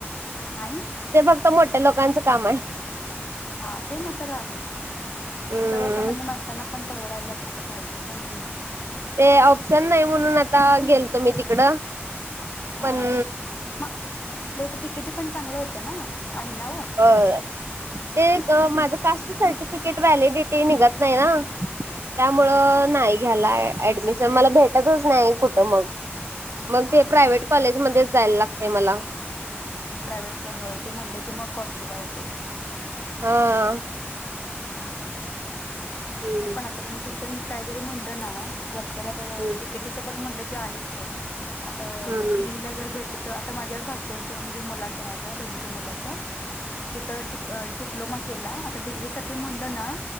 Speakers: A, on the left; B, on the right.
A: नाही.
B: ते फक्त मोठ्या लोकांचं काम आहे.
A: हा ते मग तर आहेच
B: हम्म
A: सर्वसामान्य माणसांना आपण परवडायला सारखं पाहिजे पण.
B: ते ऑप्शन नाही म्हणून आता गेल तो मी तिकडं.
A: हा
B: पण
A: हा हां मग आपल्या इत डिकेटी पण चांगलं होतं ना आहे ना हो.
B: <unintelligible> ते माझं कास्ट सर्टिफिकेट व्हॅलिडिटी निघत नाही ना. त्यामुळ
A: हा हा हा
B: नाही घ्याला ऍडमिशन मला भेटतच नाही कुठं मग. मग
A: हा
B: ते
A: हा
B: प्रायवट
A: हा
B: कॉलेजमध्येच
A: हा
B: जायला लागतय मला.
A: ग प्रायव्हेट होय ते म्हणले की मग कॉस्टली बा जाते.
B: हा.
A: हम्
B: हम्म
A: नाही पण आता तुम्ही शिक्षण काहीतरी म्हणलं ना वर्षाला
B: हम्म
A: डीकेटीच पण म्हणलं क आहे आता
B: हम्म
A: डिग्रीला जर घे तच आता माझ्याच भाच म्हणजे मुलाचं माझ्या बहिणीच्या मुलाचं तिथं डीप डिप्लोमा केला आता डिग्रीसाठीठी म्हणलं ना